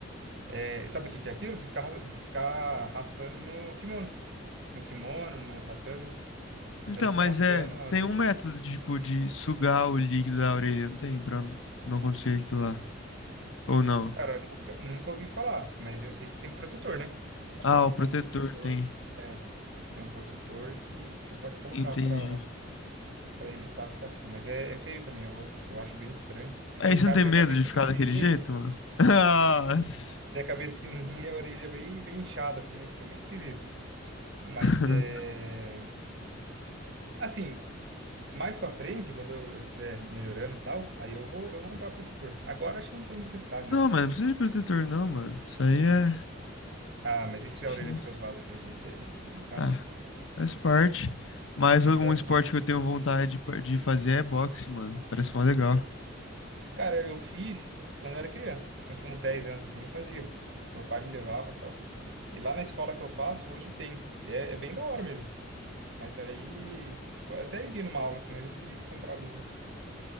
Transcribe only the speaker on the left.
Então,
mas
é,
tem um método tipo, de sugar o líquido da orelha, não tem? Pra não acontecer aquilo lá. Ou não?
Ah,
o protetor
tem.
Entendi.
É,
e
você
não tem
medo
de ficar
daquele jeito, mano? <laughs> Nossa.
<laughs>
Não,
mano, não precisa de protetor, não, mano. Isso aí é. acho
que
não-
Ah,
faz parte. Mas
um
esporte
que eu tenho vontade de pa- de fazer é boxe, mano. Parece mó legal.